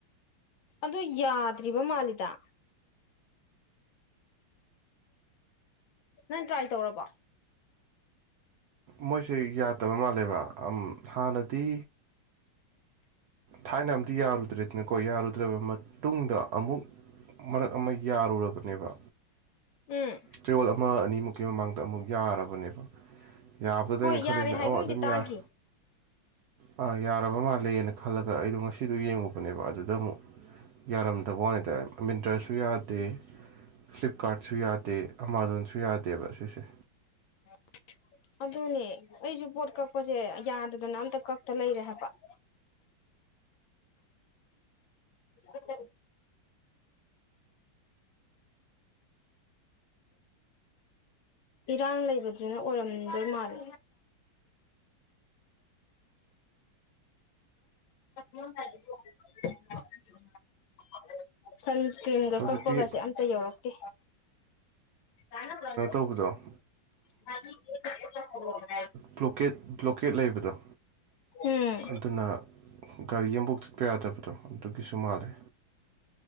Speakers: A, on the left; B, on the right.
A: ꯑꯗꯣ ꯌꯥꯗ꯭ꯔꯤꯕ ꯃꯥꯜꯂꯤꯗ ꯅꯪ ꯇ꯭ꯔꯥꯏ ꯇꯧꯔꯕꯣ
B: ꯃꯣꯏꯁꯦ ꯌꯥꯗꯕ ꯃꯥꯜꯂꯦꯕ ꯑꯝ ꯍꯥꯟꯅꯗꯤ ꯊꯥꯏꯅ ꯑꯃꯗꯤ ꯌꯥꯔꯨꯗ꯭ꯔꯦꯗꯅꯀꯣ ꯌꯥꯔꯨꯗ꯭ꯔꯕ ꯃꯇꯨꯡꯗ ꯑꯃꯨꯛ ꯃꯔꯛ ꯑꯃ ꯌꯥꯔꯨꯔꯕꯅꯦꯕ
A: ꯎꯝ
B: ꯆꯌꯣꯜ ꯑꯃ ꯑꯅꯤꯃꯨꯛꯀꯤ ꯃꯃꯥꯡꯗ ꯑꯃꯨꯛ ꯌꯥꯔꯕꯅꯦꯕ ꯌꯥꯕꯗꯩ
A: ꯍꯣꯏ
B: ꯛꯩꯅ ꯈꯜꯂꯤꯁꯤꯅꯦ
A: ꯌꯥꯔꯦ
B: ꯑꯣ
A: ꯍꯥꯏꯒꯨꯝꯗꯤ
B: ꯑꯗꯨꯝ ꯌꯥꯔ
A: ꯇꯥꯈꯤ
B: ꯑꯥ ꯌꯥꯔꯕ ꯃꯥꯜꯂꯦꯅ ꯈꯜꯂꯒ ꯑꯩꯗꯣ ꯉꯁꯤꯗꯣ ꯌꯦꯡꯉꯨꯄꯅꯦꯕ ꯑꯗꯨꯗ ꯑꯃꯨꯛ ꯌꯥꯔꯝꯗꯕ ꯋꯥꯅꯤꯗ ꯃꯤꯟꯇ꯭ꯔꯁꯨ ꯌꯥꯗꯦ ꯐ꯭ꯂꯤꯞꯀꯥꯔꯠꯁꯨ ꯌꯥꯗꯦ ꯑꯥꯃꯥꯖꯣꯟꯁꯨ ꯌꯥꯗꯦꯕ ꯁꯤꯁꯦ
A: ꯑꯣ ꯑꯗꯨꯅꯦ ꯑꯩꯁꯨ ꯄꯣꯠ ꯀꯛꯄꯁꯦ ꯌꯥꯗꯗꯅ ꯑꯝꯇ ꯀꯛꯇ ꯂꯩꯔꯦ ꯍꯥꯏꯕ <inaudible> ꯑꯣ <unintelligible> ꯏꯔꯥꯡ ꯂꯩꯕꯗꯨꯅ ꯑꯣꯏꯔꯝꯗꯣꯏ ꯃꯥꯜꯂꯦ <inaudible> ꯆ <unintelligible> ꯀ꯭ꯔꯤꯝꯒ
B: ꯍꯧꯖꯤꯛꯀꯤ
A: ꯀꯛꯄꯒꯁꯦ ꯑꯝꯇ ꯌꯧꯔꯛꯇꯦ <unintelligible>
B: ꯇꯧꯕꯗ
A: <unintelligible>
B: ꯕ꯭ꯂꯣꯀꯦꯠ ꯕ꯭ꯂꯣꯀꯦꯠ ꯂꯩꯕꯗꯣ
A: ꯎꯝ
B: ꯑꯗꯨꯅ ꯒꯥꯔꯤ ꯑꯝꯕꯧ ꯆꯠꯄ ꯌꯥꯗꯕꯗꯣ ꯑꯗꯨꯒꯤꯁꯨ ꯃꯥꯜꯂꯦ